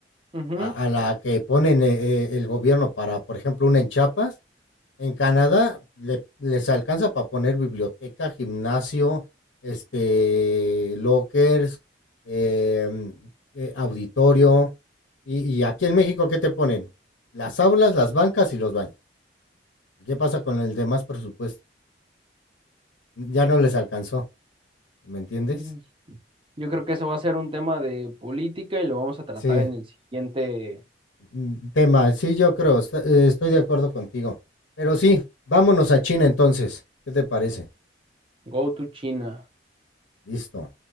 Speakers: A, on the right (about 30°); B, on the left (about 90°).
A: ujú,
B: a a la que ponen, eh eh, el gobierno para, por ejemplo, una en Chiapas, en Canadá le les alcanza para poner biblioteca, gimnasio, este, lockers, em, eh, auditorio, y y aquí en México, ¿qué te ponen? Las aulas, las bancas y los baños. ¿Qué pasa con el demás presupuesto? Ya no les alcanzó, ¿me entiendes?
A: ujú. Yo creo que
B: O
A: eso va a ser un tema de política y lo vamos a tratar
B: Sí.
A: en el siguiente
B: mm, tema. Sí, yo creo, est- eh, estoy de acuerdo contigo. Pero sí, vámonos a China entonces. ¿Qué te parece?
A: Go to China.
B: Listo.